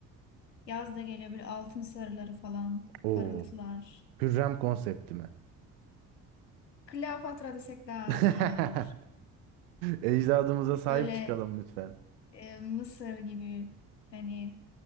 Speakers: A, on the left (about 80°); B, on the right (about 65°).
A: Yaz da geliyor böyle altın sarıları falan,
B: Oo.
A: parıltılar.
B: Hürrem konsepti mi?
A: Kleopatra desek daha
B: <laughs>
A: iyi olur.
B: Ecdadımıza sahip
A: Böyle
B: çıkalım lütfen.
A: e, Mısır gibi hani